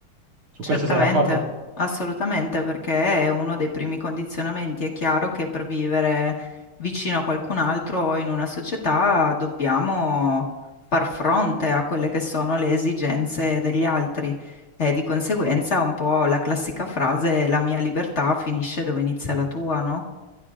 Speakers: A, on the right; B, on the left.
A: Su
B: Certamente,
A: questo sei d'accordo?
B: assolutamente, perché è uno dei primi condizionamenti. È chiaro che per vivere vicino a qualcun altro o in una società dobbiamo far fronte a quelle che sono le esigenze degli altri e di conseguenza un po' la classica frase la mia libertà finisce dove inizia la tua, no?